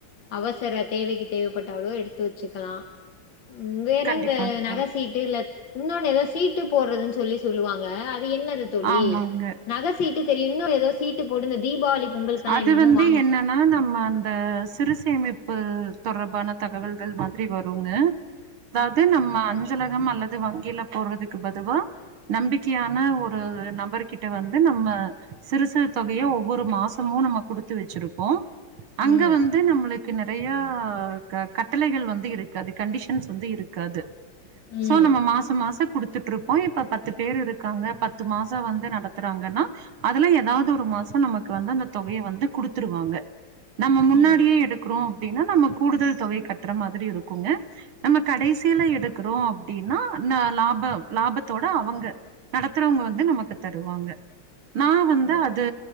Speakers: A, on the left (about 65°); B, on the right (about 75°).
A: அவசர தேவைக்கு தேவைப்பட்டாளோ எடுத்து வச்சுக்கலாம் ம் வேறங்க
B: கண்டிப்பாங்க
A: நக
B: தோழி
A: சீட் இல்ல இன்னொன்னு ஏதோ சீட்டு போடுறதுன்னு சொல்லி சொல்லுவாங்க அது என்னது தோழி
B: ஆமாங்க
A: நகஸ் சீட்டு தெரியும் இன்னொரு ஏதோ சீட்டு போடுங்க தீபாவளி பொங்கலுக்கெல்லா
B: அது
A: என்னென்னமோ
B: வந்து
A: வாங்
B: என்னா ஆனா நம்ம அந்த சிறுசேமிப்பு தொடர்பான தகவல்கள் மாதிரி வருங்க
A: <inaudible>
B: அதாவ்து நம்ம அஞ்சலகம் அல்லது வங்கியில போடுறதுக்கு பதுவா நம்பிக்கையான ஒரு நபர் கிட்ட வந்து நம்ம சிறு சிறு தொகையை ஒவ்வொரு மாச மு நம்ம குடுத்து வச்சிருப்போ அங்க
A: ம்
B: வந்து நம்மளுக் கு நறையா க கட்டளைகள் வந்து இருக்கு ஆ கண்டிஷன்ஸ் வந்து இருக்காது
A: ம்
B: சோ நம்ம மாசம் மாசம் குடுத்துட்ருப் போ இப்ப பத்து பேர் இருக்காங்க பத்து மாச வந்து நடத்துறாங்கன்னா அதுல எதாவ்து ஒரு மாச நமக்கு வந்து அந்த தொகய வந்து குடுத்துருவாங்க நம்ம முன்னாடியே
A: ம்
B: எடுக் க்றோ அப்டின்னா நம்ம கூடுதல் தொகய கட்ற மாதிரி இருக்கூங்க நம்ம கடைசியில எடுக்குறோ அப்டின்னா ந லாபம் லாபத்தோட அவங்க நடத்துறவுங்க வந்து நமக்கு தருவாங்க நா வந்து
A: ஓ
B: அது